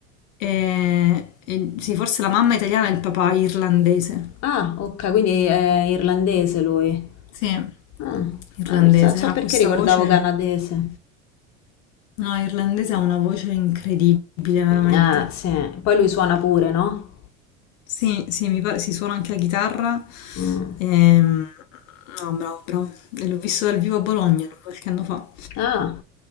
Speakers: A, on the left; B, on the left.
A: e, e- sì, forse la mamma è italiana e il papà è irlandese.
B: Ah, ok, quindi è irlandese lui.
A: Sì,
B: Ah,
A: irlandese,
B: ah, per- non so
A: ha
B: perché
A: questa
B: ricordavo
A: voce.
B: canadese.
A: No, irlandese ha una voce incredibile, veramente.
B: Mm, Ah, sì. Poi lui suona pure, no?
A: Sì, sì, mi pare si suona anche la chitarra.
B: Mm.
A: Ehm, no, bravo, bravo. E L'ho visto dal vivo a Bologna lui qualche anno fa.
B: Ah,